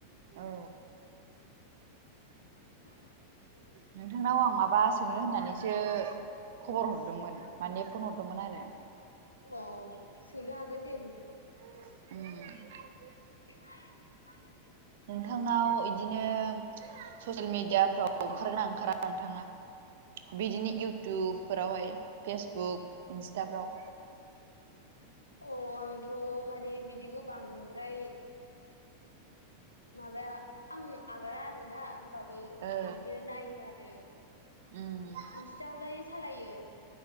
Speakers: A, on the right (about 55°); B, on the left (about 80°).
A: औ।
B: <inaudible>
A: नोंथांनाव आं माबा सोंनो होननानैसो खबर हरदोंमोन माने फन हरदोंमोन आरो।
B: अ सोंनो हागोन दे नोंथां।
A: उम।
B: <inaudible>
A: नोंथांनाव इदिनो ससियेल मिडियाफ्राव ओंखारगोना ओंखारा नोंथाङा? बिदिनो इउटुब फोरावहाय फेसबुक इन्स्टाफ्राव।
B: अ आंथ' माने बिदिखौ बांद्राय माबा आं आगारा आरोना होनोमबाबो
A: ओ
B: इदिनो नायो आरो।
A: उम
B: इस्टावखौलाय सालायो